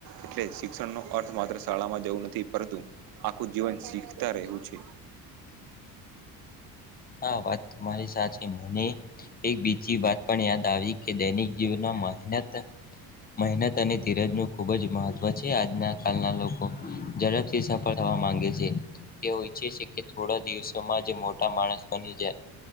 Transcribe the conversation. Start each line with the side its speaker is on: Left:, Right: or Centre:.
Right: એટલે શિક્ષણ નો અર્થ માત્ર શાળામાં જવું નથી પરંતુ આખું જીવન. શીખતા રહવું છે.
Left: હા વાત તમારી સાચ મને એક બીજી વાત પણ યાદ આવી કે દૈનિક જે. ના મહેનત મહેનત. અને ધીરજ નું ખુબ જ મહત્વ છે આજના કળના લોકો ઝડપથી સફળ થવા માંગે છે. તેઓ ઈચ્છે છે કે થોડા દિવસોમાં જે મોટા માણસ. બની જાય